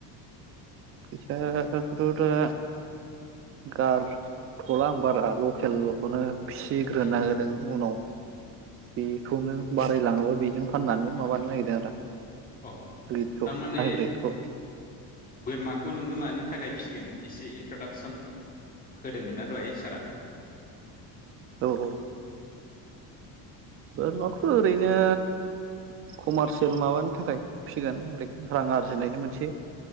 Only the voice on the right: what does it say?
फैसा फथ दा गारथ'ला आं बारा लकेलखौनो फिसिग्रोनो
होदों उनाव बेखौनो बारायलाङोबा बेजों फाननानै माबानो नागिरदों आरो।
फखौ
आब्रितखौ
औ। बोरमाखौथ' ओरैनो कमारसियेल माबानि थाखाय फिसिगोन लाइक रां आरजिनायनि मोनसे